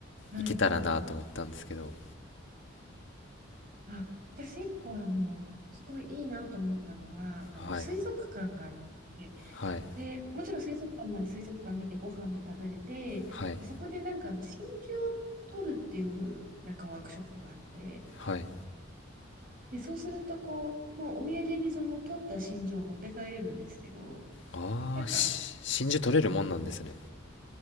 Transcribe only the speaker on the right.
うんはい。
あ、私一個あの、すごいいいなと思ったのは、あの、
水族館があって、
で、もちろん水族館なんで水族館見てご飯も食べれて、
で、そこでなんかあの、真珠を取るっていうなんかワークショップがあって、
で、そうするとこう、まあ、お土産にその取った真珠を持って帰れるんですけど、
なんか、